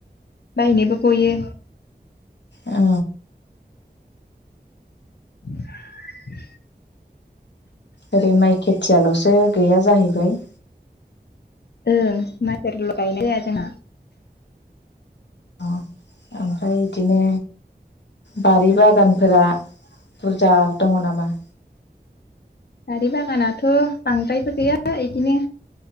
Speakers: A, on the left (about 70°); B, on the left (about 85°).
A: बायनोबो गयो
B: औ
A: <unintelligible>
B: ओरै माइ खेथियाल'सो गैया जाहैबाय
A: म मायब्रा ल गायनाय जाया जोंहा
B: ओमफ्राय बिदिनो बारि बागान फोरा बुरजा दङ' नामा
A: बारि बागानाथ' बांद्रायबो गैया बिदिनो